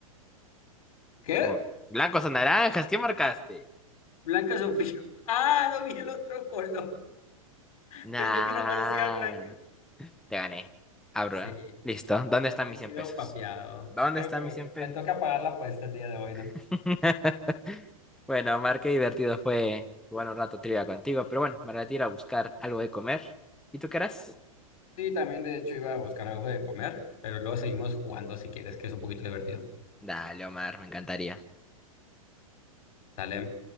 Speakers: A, on the left; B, in the centre.
A: ¿Qué?
B: Oh, blancos o naranjas, ¿qué marcaste?
A: Blanca Sofía. <laughs> Ah, no vi el otro color. <laughs>
B: Nah.
A: Pensé que nomás decía blanca.
B: Te gané. Abro.
A: Sí,
B: ¿eh? Listo. ¿Dónde están
A: he
B: mis
A: sido
B: 100 pesos?
A: papeado.
B: ¿Dónde
A: Creo
B: están
A: que me,
B: mis 100 pesos?
A: me toca pagar la apuesta el día de hoy, ¿no?
B: <laughs> Bueno, Mar, qué divertido fue jugar un rato trivia contigo, pero bueno, me retiro a buscar algo de comer. ¿Y tú qué harás?
A: Sí, también de hecho iba a buscar algo de comer, pero luego seguimos jugando si quieres, que es un poquito divertido.
B: Dale, Omar, me encantaría.
A: ¿Sale?